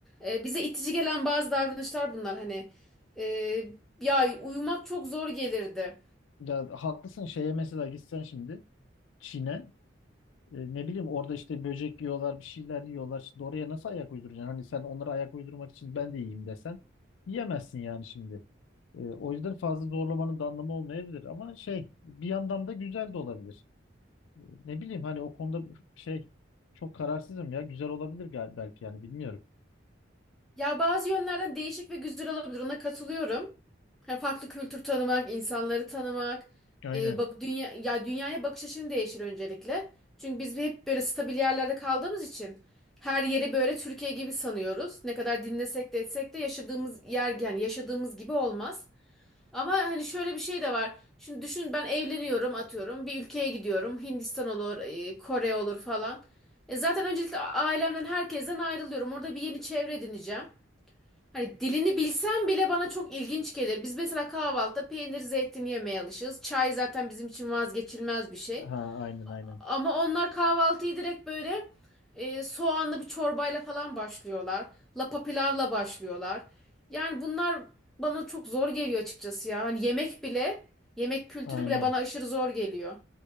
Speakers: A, in the centre; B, on the left.
A: e, bize itici gelen bazı davranışlar bunlar. Hani e, ya uyumak çok zor gelirdi.
B: Ya haklısın şeye mesela gitsen şimdi Çin'e e, ne bileyim orada işte böcek yiyorlar bir şeyler yiyorlar şimdi oraya nasıl ayak uyduracaksın hani sen onlara ayak uydurmak için ben de yiyeyim desen yiyemezsin yani şimdi E, o yüzden fazla zorlamanın da anlamı olmayabilir ama şey bir yandan da güzel de olabilir E, ne bileyim hani o konuda şey çok kararsızım ya güzel olabilir gal belki yani bilmiyorum
A: Ya bazı yönlerden değişik ve güzel olabilir. Ona katılıyorum. Hani farklı kültür tanımak, insanları tanımak,
B: aynen
A: e, bak dünya ya dünyaya bakış açın değişir öncelikle. Çünkü biz hep böyle stabil yerlerde kaldığımız için her yeri böyle Türkiye gibi sanıyoruz. Ne kadar dinlesek de etsek de yaşadığımız yer yani yaşadığımız gibi olmaz. Ama hani şöyle bir şey de var. Şimdi düşün ben evleniyorum atıyorum bir ülkeye gidiyorum. Hindistan olur, e, Kore olur falan. E zaten öncelikle a- ailemden herkesten ayrılıyorum. Orada bir yeni çevre edineceğim. Hani dilini bilsem bile bana çok ilginç gelir. Biz mesela kahvaltıda peynir, zeytin yemeye alışığız. Çay zaten bizim için vazgeçilmez bir şey.
B: ha aynen aynen
A: Ama onlar kahvaltıyı direkt böyle e, soğanlı bir çorbayla falan başlıyorlar. Lapa pilavla başlıyorlar. Yani bunlar bana çok zor geliyor açıkçası ya. Hani yemek bile, yemek kültürü
B: aynen
A: bile bana aşırı zor geliyor.